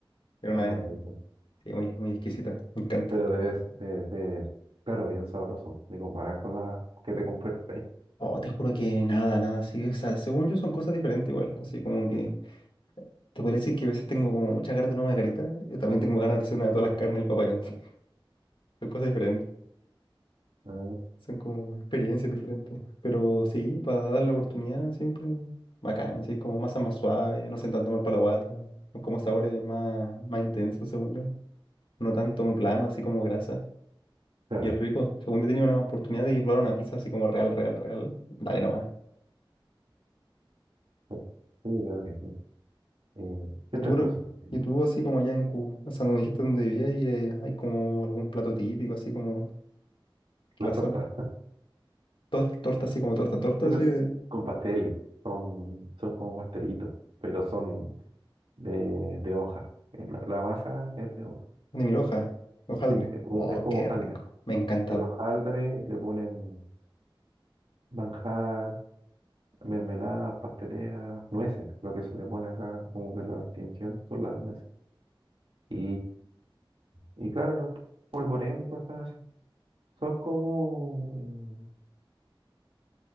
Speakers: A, on the left (about 70°); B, on the right (about 80°).
A: Era
B: la
A: una,
B: margarita.
A: sí, muy, muy exquisita, me encanta.
B: Pero debe, s- debe ser, claro, bien sabroso, ni comparar con la que te compré por ahí.
A: Oh, te juro que nada, nada, sí, o sea, según yo son cosas diferentes igual, así como que te podría decir que a veces tengo como muchas ganas de una margarita, yo también tengo ganas de hacer una de todas las carnes del papayón, <laughs> son cosas diferentes,
B: Ah,
A: son como experiencias diferentes, pero sí, para darle la oportunidad siempre bacán, así como masas más suaves, no hacen tanto mal para la guata, son como sabores más, más intensos según yo, no tanto plano, así como grasa.
B: claro,
A: Y es rico. Según yo tenía una oportunidad de probar una pizza así como real, real, real. Dale nomás.
B: sí, yo creo que sí. Eh, ¿qué
A: ¿Y
B: otra
A: tú, re-
B: cosa? Eh,
A: y tú así como allá en Cuba? O sea, donde dijiste donde vivías y eh, hay como algún plato típico así como de
B: Las
A: la
B: tortas.
A: zona. Tor- torta así como torta, torta
B: Sí,
A: así
B: pues,
A: de,
B: Son pasteles, son, son como pastelitos, pero son de, de hoja. Eh, La, la masa es de hoja.
A: de mil hojas. Hojaldre.
B: Sí, es como,
A: Oh,
B: es como
A: qué
B: hojaldre.
A: rico. Me encantaba.
B: El hojaldre le ponen manjar, mermeladas, pasteleras, nueces. Lo que se le pone acá, como que la distinción son las nueces. Y, y claro, los polvorean y cosas así. Son como, eh,